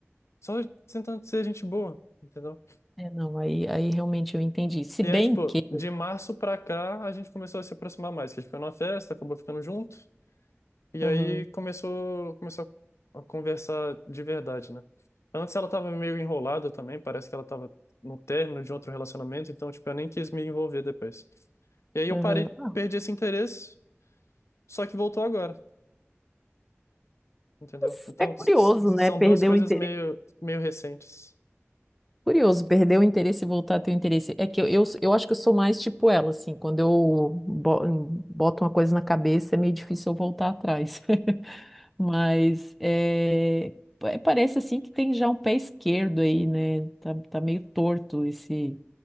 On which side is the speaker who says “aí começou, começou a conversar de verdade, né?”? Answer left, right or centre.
Left